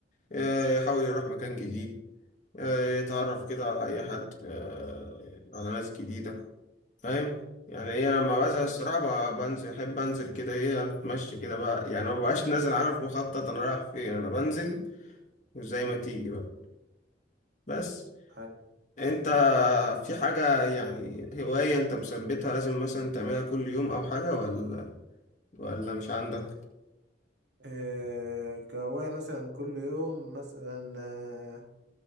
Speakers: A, on the left (about 40°); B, on the right (about 65°).
A: اه، يحاول يروح مكان جديد اه، يتعرف كده على اي حد اه، على ناس جديدة فاهم يعني ايه انا لما بزهق
B: فاهم
A: الصراحة ب- بنزل احب انزل كده ايه اتمشى كده بقى يعني ما ببقاش نازل عارف مخطط انا رايح فين انا بنزل وزي ما تيجي بقى بس
B: ايوه
A: انت في حاجة يعني هواية انت مثبتها لازم مثلا تعملها كل يوم او حاجة ولا ولا مش عندك
B: إيه كهواية مثلا كل يوم مثلا آه،